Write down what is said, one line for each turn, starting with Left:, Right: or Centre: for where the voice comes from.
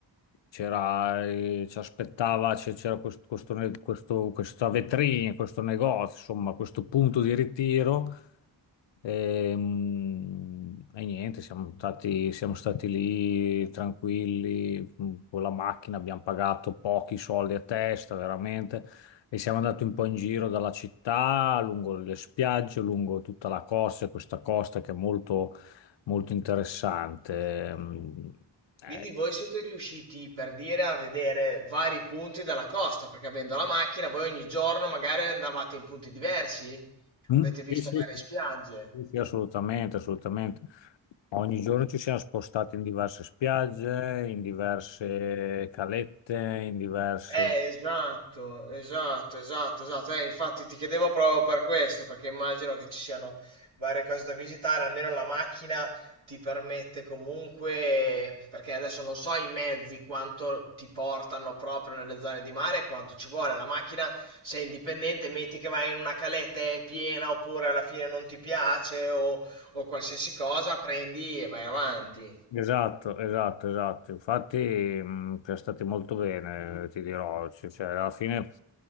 Left: c'era, eh, ci aspettava, c'è- c'era questo, questo ne- questo- questa vetrina, questo negozio, insomma, questo punto di ritiro. E, mh, e niente, siamo stati, siamo stati lì tranquilli mh, con la macchina, abbiamo pagato pochi soldi a testa, veramente. E siamo andati un po' in giro dalla città, lungo le spiagge, lungo tutta la costa, e questa costa che è molto, molto interessante. Mm, eh,
Right: Quindi voi siete riusciti per dire a vedere vari punti della costa, perché avendo la macchina voi ogni giorno magari andavate in punti diversi? Avete
Left: Mm?
Right: visto
Left: sì, sì,
Right: varie
Left: sì,
Right: spiagge?
Left: sì, sì, assolutamente, assolutamente. Ogni giorno ci siamo spostati in diverse spiagge, in diverse calette, in diverse...
Right: Eh, esatto, esatto, esatto, esatto. Eh, infatti ti chiedevo proprio per questo, perché immagino che ci siano varie cose da visitare, almeno la macchina ti permette comunque, perché adesso non so i mezzi quanto ti portano proprio nelle zone di mare, quanto ci vuole. La macchina, sei indipendente, metti che vai in una caletta e è piena oppure alla fine non ti piace o, o qualsiasi cosa, prendi e vai avanti.
Left: Esatto, esatto, esatto. Infatti, mh, è stato molto bene, ti dirò. Cioè, cioè, alla fine